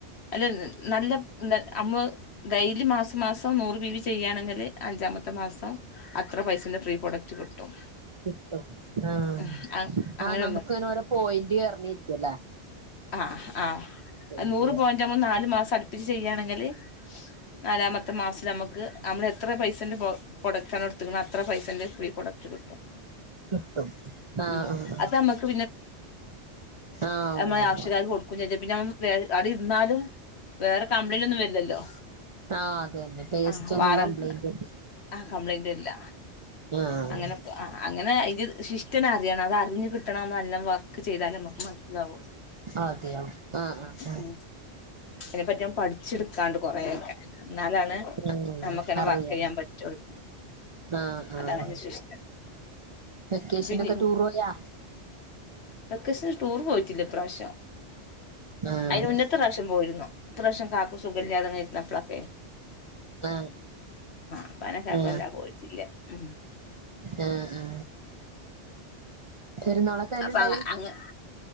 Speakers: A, on the left; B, on the right.
A: അല്ലെ നല്ല ന <unintelligible> അമ്മ് ഡെയിലി മാസം മാസം നൂറ് ബി വി ചെയ്യാണെങ്കില് അഞ്ചാമത്തെ മാസം അത്ര പൈസന്റെ ഫ്രീ പ്രോഡക്റ്റ് കിട്ടും
B: കിട്ടും ആഹ്
A: ഉം അങ്ങനെ
B: ആഹ് നമുക്ക് ഇങ്ങനെ ഓരോ പോയിന്റ് യെറഞ്ഞ ഇരിക്കുവല്ലേ
A: ആഹ ആഹ
B: പോയിന്റ്
A: നൂറ് പോയിന്റ്മ്മൾ നാല് മാസംടു പിൻ ചെയ്യാണെങ്കില് നാലാമത്തെ മാസം നമുക്ക് നമ്മള് എത്ര പൈസന്റെ പ്രൊഡക്റ്റാണ് എടുത്ത് ണ് അത്ര പൈസന്റെ പ്രീ പ്രൊഡക്റ്റ് കിട്ടും
B: കിട്ടും ആഹ്
A: ഉം
B: ആഹ്
A: അത് നമ്മക്ക്
B: ആഹ്
A: ഞമ്മളെ
B: ഉവ്വ്
A: ആവഷ്യകാർ
B: ഉവ്വ്
A: ക്ക് കൊടുത്തും ചജ്ജ <unintelligible> പിന്നെ <unintelligible> അവിടെ ഇരുന്നാലും വേറെ കംപ്ലൈന്റ് ഒന്നും വരില്ലല്ലോ
B: ആഹ് അത് തന്നെ ടേസ്റ്റ്
A: ആ
B: ഒന്നും
A: വേറെ
B: കംപ്ലൈന്റ്
A: ആ കംപ്ലൈന്റ് വരില്ല
B: ആഹ്
A: അങ്ങനെ ആ അങ്ങനെ അതിന്റെ ശി <unintelligible> അറിയണം അത് അറിഞ്ഞ് കിട്ടണം എല്ലാം വർക്ക് ചെയ്താലേ നമുക്ക് മനസിലാവുള്ളൂ
B: അതെയോ ആഹ് ആഹ് ആഹ്
A: ഉ അതിനെപറ്റി ഒന്ന് പഠിച്ചെടുക്കാണ്ട് കൊറെയൊക്കെ എന്നാലാണ്
B: ആഹ്
A: നമുക്ക് തന്നെ
B: അറിയാം
A: വർക്ക് ചെയ്യാൻ പറ്റുള്ളൂ
B: ആഹ്
A: അതാണ്
B: ആഹ്
A: വിശിഷ്ടം
B: വെക്കേഷനൊക്കെ
A: പിന്നേ
B: ടൂർ പോയാ
A: വെക്കേഷൻ ടൂറ് പോയി ഈ പ്രാവശ്യം
B: ആഹ്
A: അതിന് മുന്നത്തെ പ്രാവശ്യം പോയിരുന്നോ ഈ പ്രാവശ്യം കാക്ക സുഖമില്ലാതെ ഇരുന്നപ്പോളൊക്കെയേ
B: ആ
A: അപ്പനക്കായപ്പോ
B: ആ
A: വല്ലാതെ പോയിട്ടില്ല ഉം
B: ആ ആ പെരുന്നാളൊക്കെ എങ്ങനുണ്ടായി
A: അപ്പൊ അങ്ങ്